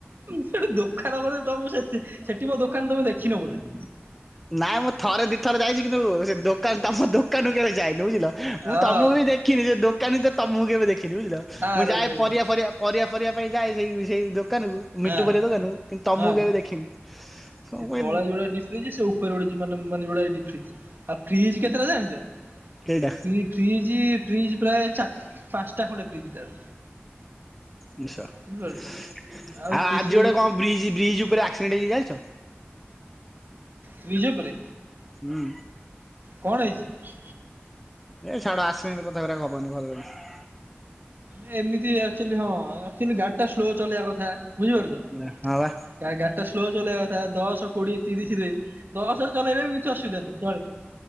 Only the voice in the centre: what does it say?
ନାଇଁ ମୁଁ ଥରେ ଦିଥରେ ଯାଇଚି କିନ୍ତୁ ସେ ଦୋକାନ ତମ ଦୋକାନକୁ କେବେ ଯାଇନି ବୁଝିଲ
ମୁଁ ତମକୁ ବି ଦେ କି ନିଜ ଦୋକାନୀ ତ ତମକୁ କେବେ ଦେଖିନି ବୁଝିଲ
ମୁଁ ଯାଏ ପରିବା ଫରିବା ପରିବା ଫରିବା ପାଇଁ ଯାଏ ସେଇ ସେଇ ଦୋକାନକୁ
ମିଟୁ ପରିବା ଦୋକାନକୁ କିନ୍ତୁ ତମକୁ
କେବେ ଦେଖିନି। କଣ
ପାଇଁ
ସେଇଟା
ନିଶା ଆଉ
ଆଜି
ଗୋଟେ କଣ ବ୍ରିଜ ବ୍ରିଜ ଉପରେ ଆକ୍ସିଡେଣ୍ଟ ହେଇଚି ଜାଣିଚ
ହୁଁ।
ଏ ଛାଡ ଆକ୍ସିଡେଣ୍ଟ କଥାରା ଗପନି ଭଲ <unintelligible>
ଏ ହଁ।